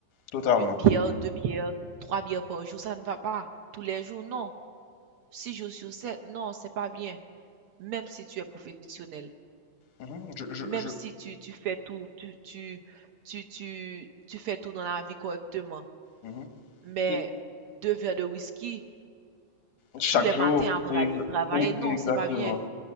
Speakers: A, on the left; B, on the right.
A: totalement.
B: Une bière, deux bières, trois bières par jour, ça ne va pas. Tous les jours, non. Six jours sur sept, non, c'est pas bien. Même si tu es professionnel.
A: Mhm, Je, je,
B: Même
A: je,
B: si tu, tu fais tout, tu, tu, tu, tu, tu fais tout dans la vie correctement.
A: mhm.
B: Mais
A: Et
B: deux verres de whisky
A: Chaque
B: tous les
A: jour,
B: matins avant
A: ex-
B: d'aller travailler,
A: e-
B: non,
A: exactement,
B: c'est pas bien.